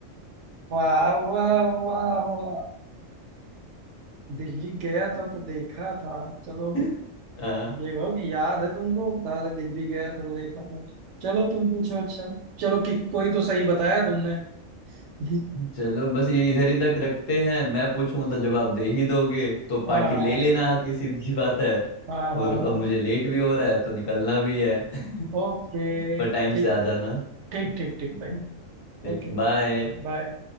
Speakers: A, on the right (about 70°); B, on the left (about 50°).
A: वाह वाह वाह वाह दिल्ली गया था तो देखा था चलो
B: <laughs> हाँ
A: ये कहो कि याद है तुमको बता रहे दिल्ली गया था तो देखा था चलो तुम पूछो अच्छा चलो कि कोई तो सही बताया तुमने
B: <laughs>
A: <laughs>
B: चलो बस ये इधर ही तक रखते हैं मैं पूछूंगा तो जवाब दे ही दोगे तो पार्टी
A: हाँ
B: ले लेना <laughs> हाँ, किसी की सीधी बात है
A: हाँ
B: और
A: हाँ हाँ
B: अब मुझे लेट भी हो रहा है तो निकलना भी है <laughs>
A: ओके
B: पर
A: ठीक
B: टाइम से आ जाना
A: ठीक ठीक ठीक
B: <laughs>
A: भाई
B: ठीक
A: ओके
B: बाय
A: बाय